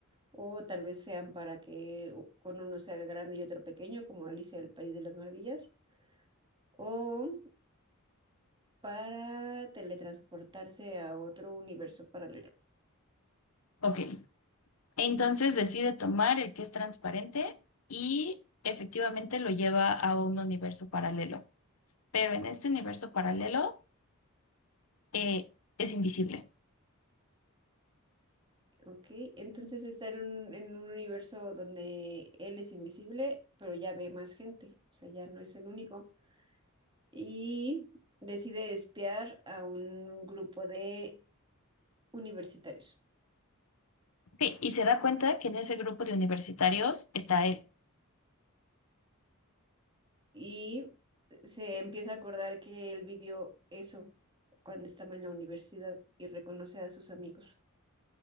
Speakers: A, on the right (about 20°); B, on the left (about 80°).
A: o tal vez sean para que u- con uno se haga grande y otro pequeño, como Alicia del País de las Maravillas, o para teletransportarse a otro universo paralelo.
B: Ok, entonces decide tomar el que es transparente y efectivamente lo lleva a un universo paralelo. Pero en este universo paralelo eh, es invisible.
A: Ok, entonces está en un, en un universo donde él es invisible, pero ya ve más gente, o sea, ya no es el único. Y decide espiar a un grupo de universitarios.
B: Sí, y se da cuenta que en ese grupo de universitarios está él.
A: Y se empieza a acordar que él vivió eso cuando estaba en la universidad y reconoce a sus amigos.